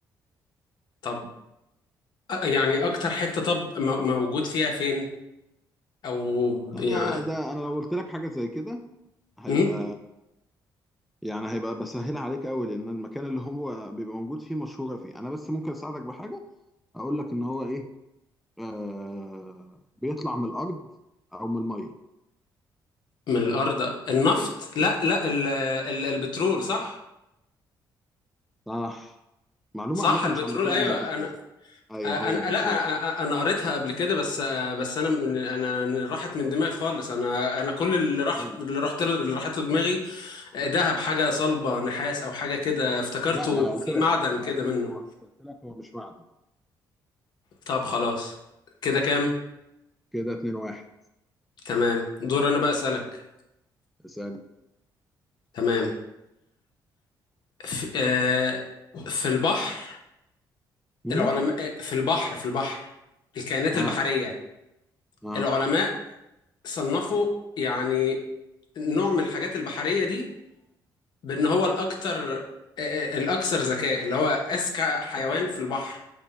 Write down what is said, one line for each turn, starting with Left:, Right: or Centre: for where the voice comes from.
Left: طب أ- يعني أكتر حتة طب م- موجود فيها فين أو ب-
Centre: ده
Left: يعني
Centre: ده أنا لو قلت لك حاجة زي كده هيبقى
Left: مم؟
Centre: يعني هيبقى بسهلها عليك قوي لأن المكان اللي هو بيبقى موجود فيه مشهورة فيه أنا بس ممكن أساعدك بحاجة أقول لك إن هو إيه آه بيطلع من الارض او من الميه
Left: من الأرض النفط لا لا ال ال البترول صح
Centre: صح معلومه
Left: صح
Centre: عامه
Left: البترول
Centre: مش عند كل
Left: أيوة
Centre: الناس
Left: أنا
Centre: يعني ايوه
Left: أنا
Centre: هي البترول
Left: لا أ- أ- أنا قريتها قبل كده بس بس أنا من أنا راحت من دماغي خالص أنا أنا كل اللي
Centre: أيوة
Left: راح
Centre: هي.
Left: اللي رحت له اللي راحت له دماغي ذهب حاجة صلبة نحاس أو حاجة كده افتكرته
Centre: لا ما انا قلت
Left: في
Centre: لك
Left: معدن
Centre: انا
Left: كده
Centre: قلت لك
Left: منه
Centre: هو قلت لك هو مش معدن
Left: طب خلاص كده كام
Centre: كده 2 1
Left: تمام دور انا بقى اسالك
Centre: اسالني
Left: تمام في, آه في البحر
Centre: امم
Left: العلماء آه، في البحر في البحر الكائنات
Centre: اه
Left: البحريه
Centre: اه
Left: العلماء صنفوا يعني نوع من الحاجات البحريه دي بان هو الاكثر آه، آه، الاكثر ذكاء اللي هو اذكى حيوان في البحر